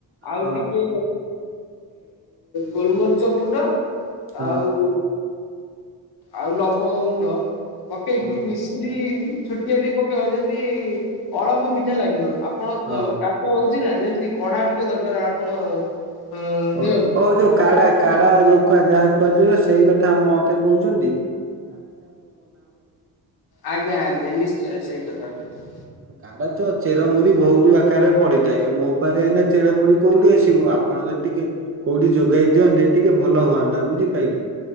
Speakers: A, on the left; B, on the right.
A: ଆଉ
B: ହଁ।
A: ଟିକେ ଗୋଲମରିଚ ଗୁଣ୍ଡ
B: ହଁ
A: ଆଉ ଆଉ ଲବଙ୍ଗ ଗୁଣ୍ଡ ପକେଇକି
B: ହଁ
A: ମିଶେଇ ଛୋଟିଆ ଟେ ପକେଇବ ଯେମିତି ଅଳପ ମିଠା ଲାଗିବ, ଆପଣା
B: ହଁ।
A: ହଉଛି ନା ଯେମିତି କଢା ଟିକେ ଦରକାର ଆପଣ ଅ
B: ଓ
A: ଦେହକୁ
B: ହଉ ଯୋଉ
A: କଢା
B: କାଡା କା <unintelligible> ସେଇ କଥା ମ ମତେ କହୁଛନ୍ତି
A: ଆଜ୍ଞା, ଆଜ୍ଞା ନିଶ୍ଚୟ ସେଇ କଥା କହୁଛି।
B: ଆଡା ତ ଚେରମୁରି ବହୁତ ଆକାରରେ ପଡିଥାଏ ମୋ ପାଖରେ ଏଇନା ଚେରମୁରି କୋଉଠି ଆସିବ ଆପଣ ଯ ଟିକେ କୋଉଠି ଯୋଗାଇ ଦିଅନ୍ତେ ଟିକେ ଭଲ ହୁଅନ୍ତା ବୁଝିପାରିଲେ